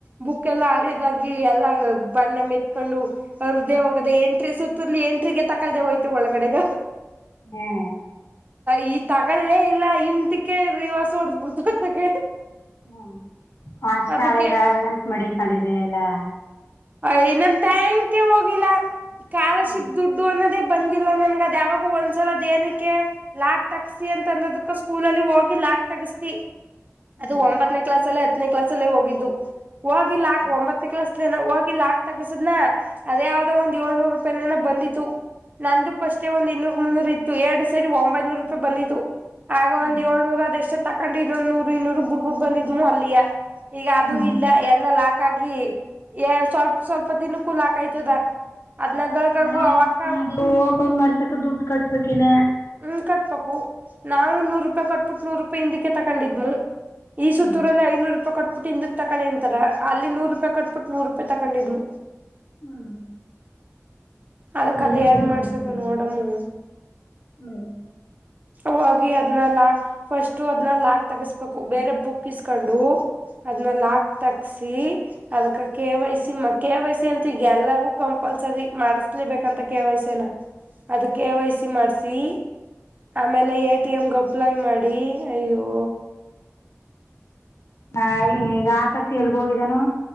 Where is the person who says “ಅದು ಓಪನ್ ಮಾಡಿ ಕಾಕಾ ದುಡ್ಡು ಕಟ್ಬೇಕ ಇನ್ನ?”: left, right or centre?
Left